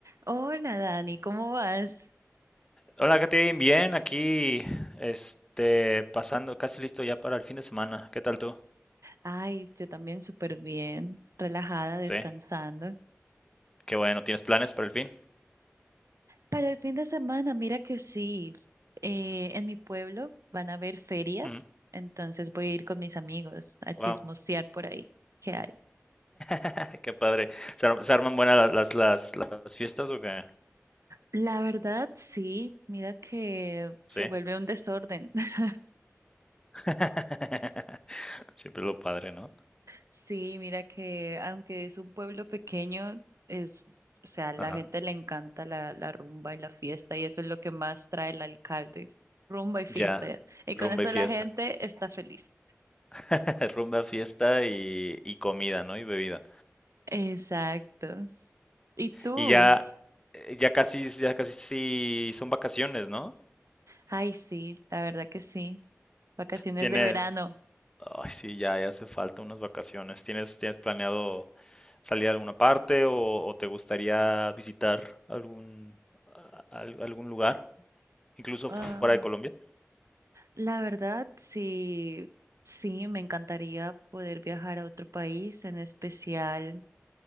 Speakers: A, on the right; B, on the left.
A: Hola Dani, ¿cómo vas?
B: Hola, Katherine, bien, aquí, este, pasando, casi listo ya para el fin de semana. ¿Qué tal tú?
A: Ay, yo también súper bien, relajada, descansando.
B: Sí, qué bueno, ¿tienes planes para el fin?
A: Para el fin de semana, mira que sí, eh, en mi pueblo van a haber ferias,
B: Ujú,
A: entonces voy a ir con mis amigos a chismosear
B: Wow,
A: por ahí. ¿Qué hay?
B: <laughs> qué padre. ¿Se, ar- se arman buenas la- las, las, las fiestas o qué?
A: La verdad, sí, mira que se
B: Sí.
A: vuelve un desorden. <laughs>
B: <laughs> Siempre es lo padre, ¿no?
A: Sí, mira que aunque es un pueblo pequeño, es, o sea, a la
B: Ajá.
A: gente le encanta la, la rumba y la fiesta y eso es lo que más trae el alcalde, rumba y fiesta.
B: Ya,
A: Y con
B: rumba
A: eso
B: y fiesta.
A: la gente está feliz.
B: <laughs> Rumba, fiesta y, y comida, ¿no? Y bebida.
A: Exacto. ¿Y tú?
B: Y ya, eh, ya casi, ya casi sí son vacaciones, ¿no?
A: Ay, sí, la verdad que sí. Vacaciones
B: Tienes,
A: de verano.
B: ay, sí, ya, ya hace falta unas vacaciones. ¿Tienes, tienes planeado? salir a alguna parte o, o te gustaría visitar algún, a- al- algún lugar, incluso
A: Ah,
B: fu- fuera de Colombia?
A: la verdad, sí, sí, me encantaría poder viajar a otro país, en especial.